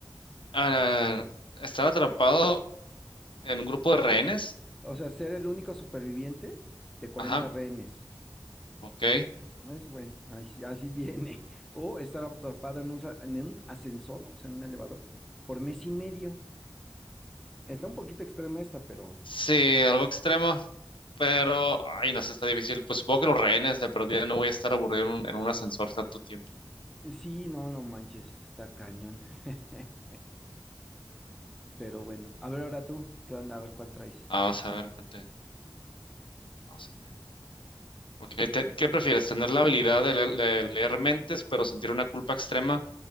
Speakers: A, on the left; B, in the centre.
A: Ah, estar atrapado En un grupo de rehenes.
B: O sea, ser el único superviviente de cuarenta
A: Ajá,
B: rehenes
A: ok.
B: Es bueno, así, así viene. <laughs> O estar atrapado en un, sa- en un ascensor, o sea, en un elevador, por mes y medio. Está un poquito extrema esta, pero
A: Sí, algo extremo, pero, ay, no sé, está difícil. Pues supongo que los rehenes de perdida no voy a estar aburrido en un, en un ascensor tanto tiempo.
B: sí, no, no manches, está cañón. <laughs> Pero bueno, a ver ahora tú, ¿qué onda? A ver cuál traes.
A: Vamos a ver, espérate, vamos a ver. Ok, te- ¿qué prefieres? ¿Tener la habilidad de, le- de leer mentes, pero sentir una culpa extrema